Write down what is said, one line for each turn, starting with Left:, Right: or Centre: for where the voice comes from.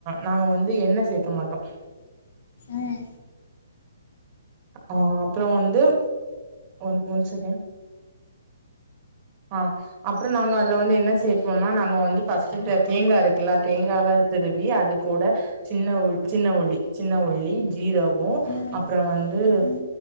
Right: நாங்க வந்து எண்ண சேக்க மாட்டோ
Left: ம்
Right: ஆ அப்ற வந்து ஒன் ஒன் செகன் ஆ அப்ற நாங்க அதுல வந்து என்ன சேப்போனா நாங்க வந்து ஃபர்ஸ்ட்டு தேங்கா இருக்குல்ல தேங்காவ திருவி அது கூட சின்ன உ சின்ன உள்ளி சின்ன உள்ளி ஜீர கோ
Left: ம்
Right: அப்ற வந்து
Left: ம்